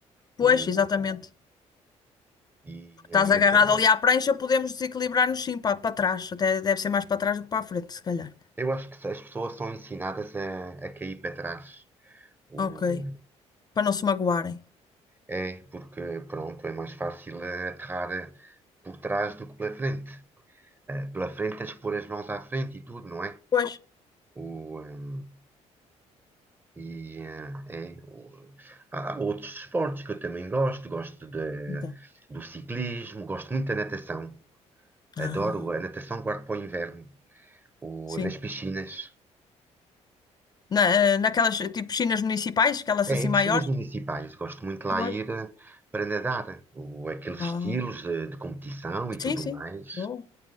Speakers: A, on the left (about 35°); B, on the right (about 15°).
A: Pois,
B: O,
A: exatamente.
B: e,
A: Porque estás
B: eh, mas
A: agarrado
B: eh,
A: ali à prancha, podemos desequilibrar-nos sim para, para trás. Até deve ser mais para trás do que para a frente, se calhar.
B: eu acho que as pessoas são ensinadas a, a cair para trás. O,
A: Ok. Para não se magoarem.
B: é porque, pronto, é mais fácil eh, aterrar eh, por trás do que pela frente. eh, pela frente, tens que pôr as mãos à frente e tudo, não é?
A: Pois.
B: O, ehm, e eh, é, o- há há outros esportes que eu também gosto, gosto de-
A: Então.
B: do ciclismo, gosto muito da natação,
A: Ah,
B: adoro a natação, guardo para o inverno, o,
A: sim.
B: nas piscinas,
A: Na, eh, naquelas tipo piscinas municipais, aquelas
B: é,
A: assim
B: em piscinas
A: maiores.
B: municipais, gosto muito lá
A: Pois.
B: ir eh, para nadar, o, aqueles
A: Ah,
B: estilos de, de competição e tudo
A: sim, sim.
B: mais,
A: Bom.